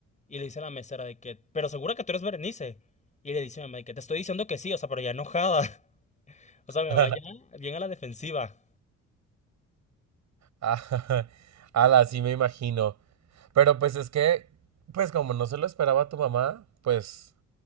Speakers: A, on the left; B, on the right.
A: Y le dice a la mesera de que, pero segura que tú eres Berenice. Y le dice a mi mamá de que te estoy diciendo que sí, o sea, pero ya enojada. <laughs> O sea, mi mamá
B: <laughs>
A: ya bien a la defensiva.
B: Ah, <laughs> Ala, sí me imagino. Pero pues es que, pues como no se lo esperaba tu mamá, pues,